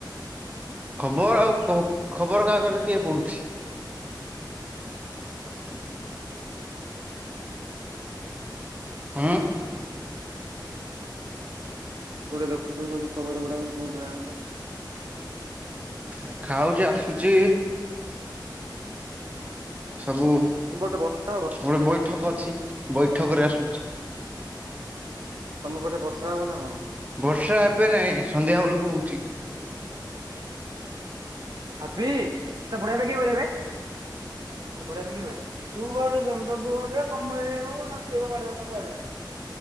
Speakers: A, on the right; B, on the right.
A: ଖବର ଆଉ ଖବର କାଗଜ କିଏ ପଡୁଛି?
B: ଆଗୁଡ ଦେକୁଛ <unintelligible>
A: ହଁ।
B: ଗୋଟେ ଦେଖୁଛ ସବୁବର ଗୁଡାକ କଉଠ ଜାଣିଛ <unintelligible>
A: ଦେଖା ହଉଛି ଆସୁଛି ସବୁ
B: ତମ ପଟେ ବର୍ଷା ହ
A: ଗୋଟେ ବୈଠକ ଅଛି ବୈଠକ ରେ ଆସୁଛି।
B: ତମ ପଟେ ବର୍ଷା ହବ ନା କଣ?
A: ବର୍ଷା ଏବେ ନାଇଁ ସନ୍ଧ୍ୟା ବେଳକୁ ହଉଛି।
B: <inaudible> ହାବି ସେ ବଢେଇ ପା ବବେ ବଢେଇଆ ପା ବିଲ <inaudible> ତୁ ବାବୁ କମେଇଣୁ ନା ପିଅ <inaudible>